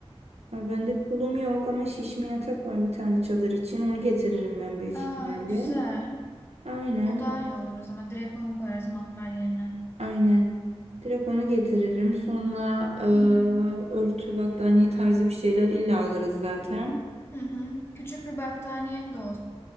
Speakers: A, on the right (about 80°); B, on the left (about 25°).
A: Ay, bende tulum yok ama şişme yatak var bir tane çadır için. Onu getiririm ben büyük
B: Aa,
A: ihtimalle.
B: güzel.
A: Aynen.
B: O daha iyi olur o zaman. Direkt onu koyarız matlar yerine.
A: Aynen. Direkt onu getiririm. Sonra e,
B: Hı hı.
A: örtü, battaniye tarzı bir şeyler illa alırız zaten.
B: Hı hı. Küçük bir battaniyen de